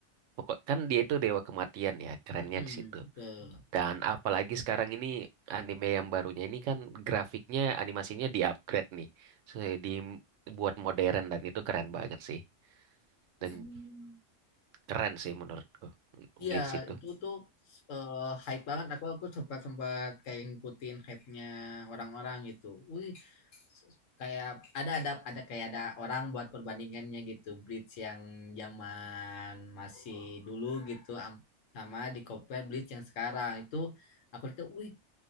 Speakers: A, on the right; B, on the left.
A: Pokok kan dia itu dewa kematian ya, kerennya
B: Mm-mm,
A: di situ.
B: betul.
A: Dan apalagi sekarang ini anime yang barunya ini kan grafiknya animasinya di-upgrade nih. So, dibuat modern dan itu keren banget sih.
B: Hmm.
A: Dan keren sih menurutku
B: Iya,
A: Blitz itu.
B: itu tuh eh, hype banget. Aku aku sempat sempat kayak ngikutin hype-nya orang-orang gitu. Wih, s- kayak ada ada ada kayak ada orang buat perbandingannya gitu. Bleach yang zaman masih dulu gitu am- sama di compare Bleach yang sekarang itu aku lihat, wih